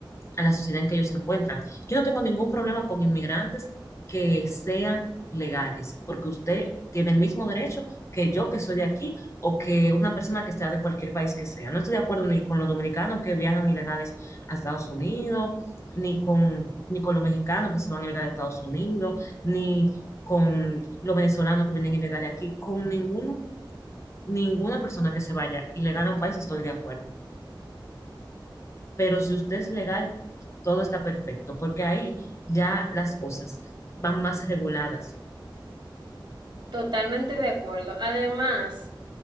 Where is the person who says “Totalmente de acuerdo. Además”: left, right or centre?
Right